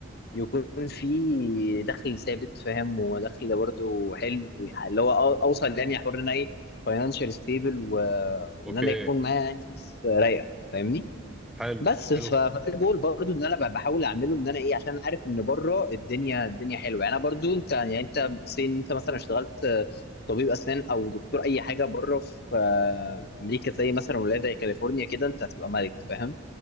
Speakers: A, on the left; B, in the centre.
A: يكون في دخل ثابت فاهم ودخل برضو حلو يعني اللي هو أو- اوصل يعني حوار ان انا ايه فاينانشال ستيبل وان
B: اوكي
A: انا يكون معايا يعني فلوس رايقه فاهمني
B: حلو
A: بس ف-
B: حلو
A: فده جول برضو ان انا ب- بحاول اعمله ان انا ايه عشان أنا عارف ان بره الدنيا الدنيا حلوه يعني انا برضو انت يعني انت سين انت مثلا اشتغلت آه، طبيب اسنان او دكتور اي حاجه بره في آه، امريكا زي مثلا ولايه زي كاليفورنيا كده انت هتبقى ملك فاهم